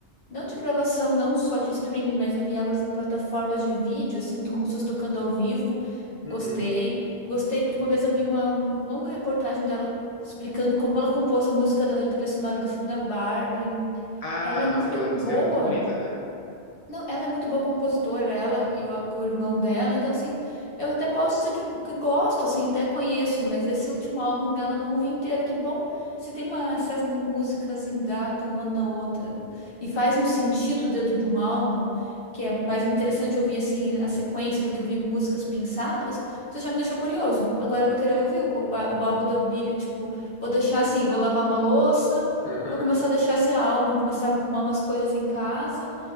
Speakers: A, on the left; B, on the left.
A: não de gravação, não só de streaming, mas eu vi elas em plataformas de vídeo, assim, como se fosse tocando ao vivo.
B: Uhum.
A: Gostei. Gostei, de- uma vez eu vi uma longa reportagem dela explicando como ela compôs a música da trilha sonora do filme da Barbie.
B: Ah,
A: Ela é muito
B: nossa, aquela
A: boa.
B: música é muito bonita, né?
A: Não, ela é muito boa compositora, ela e o, o irmão dela. Então, assim, eu até posso dizer que, que gosto, assim, até conheço, mas esse último álbum dela não ouvi inteiro. Que bom se tem uma, se as mu- músicas engatam uma na outra e faz um sentido dentro de um álbum, que é mais interessante ouvir, assim, a sequência do que ouvir músicas pinçadas. Você já me deixou curioso. Agora eu vou querer ouvir o, ba- o álbum da Billie, tipo, vou deixar assim, vou lavar uma louça
B: <laughs>
A: e vou começar a deixar esse álbum, começar a arrumar umas coisas em casa.